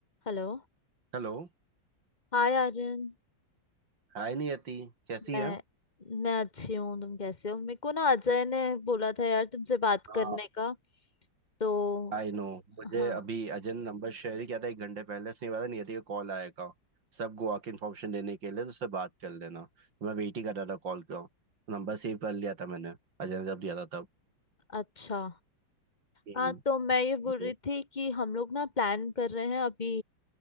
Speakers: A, on the left; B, on the right.
A: Hello
B: Hello
A: Hi Aryan
B: Hi Niyati कैसी
A: मैं
B: है
A: मैं अच्छी हूँ तुम कैसे हो मेरे को ना अजय ने बोला था यार तुमसे बात करने
B: हाँ
A: का तो
B: आई नो मुझे
A: हाँ
B: अभी अजय ने नंबर शेयर ही किया था एक घंटे पहले उसने बोला नियति का कॉल आएगा सब गोवा की इन्फॉर्मेशन देने के लिए तो उससे बात कर लेना तो मैं वेट ही कर रहा था कॉल का नंबर सेव कर लिया था मैंने अजय ने जब दिया था तब
A: अच्छा
B: हम्म,
A: हाँ तो मैं ये बोल
B: okay.
A: रही थी कि हम लोग ना प्लान कर रहे हैं अभी